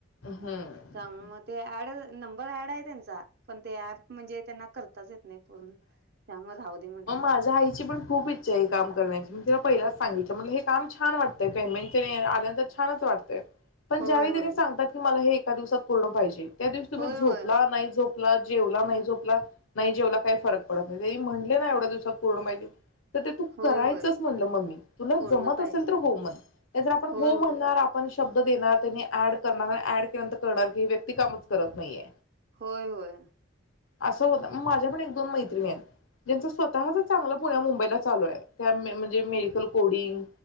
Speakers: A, on the left; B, on the right.
A: हम्म
B: त्यामुळे मग ते ऍड नंबर ऍड आहे त्यांचा पण ते ॲप म्हणजे त्यांना कर <unintelligible> येत नाही पूर्ण त्यामुळे राहू दे म्हणले
A: माझा आईची पण खूप इच्छा आहे काम करण्याची मी तिला पहिलाच सांगितलं म्हणले हे बघ काम छान वाटतं पेमेंट तेण <unintelligible> छानच वाटतय पण
B: होय
A: ज्यावेळी
B: होय
A: त्यांनी सांगतात की मला हे त्या दिवसात पूर्ण पाहिजे त्या दिवशी तुम्ही
B: होय
A: झोपला
B: होय
A: नाही झोप जेवला नाही झोपला नाही जेवला काही फरक पडत नाही तेही म्हणले एवढ्या दिवसात पूर्ण पाहिजे तर ते तू
B: होय
A: करायचंच
B: होय
A: म्हणलं मम्मी तुला
B: पूर्ण
A: जमत
B: पाहिजे
A: असेल तर हो म्हण जर आपण
B: होय
A: हो म्हणणार
B: होय
A: आपण शब् देणार त्यांनी ऍड कळणार हाय ऍड केल्यानंतर कळणार की ही व्यक्ती ती कामच करत नाहीये
B: होय होय
A: असं होतय माझ्या पण एक दोन मैत्रिणी आहेत ज्यांचं स्वतःच चांगलं पुण्या मुंबईला चालू आहे त्या म्हणजे मेडिकल कोडिंग